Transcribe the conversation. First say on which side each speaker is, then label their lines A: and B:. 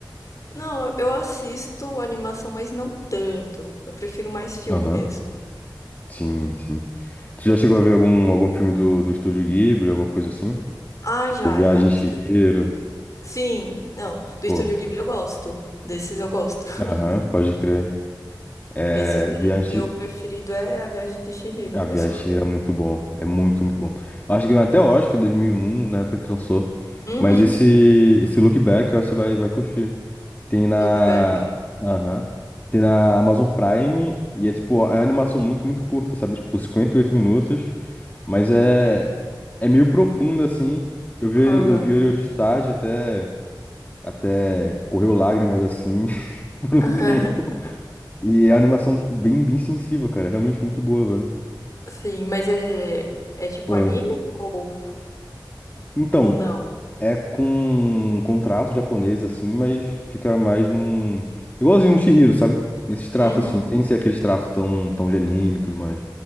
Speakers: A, on the left; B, on the left.
A: Não, eu assisto animação, mas não tanto. Eu prefiro mais filme
B: Aham,
A: mesmo.
B: Sim, sim. Tu já chegou a ver algum, algum filme do, do Estúdio Ghibli, alguma coisa assim?
A: Ah,
B: Tipo,
A: já,
B: Viagem
A: já. Estúdio.
B: de Chihiro.
A: Sim, não. Do
B: Pô,
A: Estúdio Ghibli eu gosto. Desses eu gosto.
B: aham,
A: <laughs>
B: pode crer. É,
A: Esses daí,
B: Viagem,
A: meu preferido é A Viagem de Chihiro
B: A
A: mesmo.
B: Viagem era muito bom. É muito, muito bom. Eu acho que ganhou até o Oscar em 2001, na época que lançou.
A: Uhum.
B: Mas esse, esse Look Back, eu acho que você vai, vai curtir. Tem na.
A: Loopback.
B: Aham. Tem na Amazon Prime. E é tipo, é uma animação muito, muito curta, sabe? Tipo, 58 minutos. Mas é. É meio profunda, assim. Eu vi, ele-
A: Aham.
B: eu vi ele hoje de tarde, até. Até correu lágrimas, assim, <laughs> por
A: <laughs>
B: um tempo. E é uma animação, tipo, bem, bem sensível, cara. É Realmente muito boa, velho.
A: Sim, mas é, é tipo
B: Ué.
A: anime ou,
B: Então.
A: ou não?
B: É com, com traço japonês, assim, mas fica mais num. Igualzinho um Chihiro, sabe? Nesses traços,
A: Uhum.
B: assim, sem ser aqueles traços tão, tão de anime e tudo mais.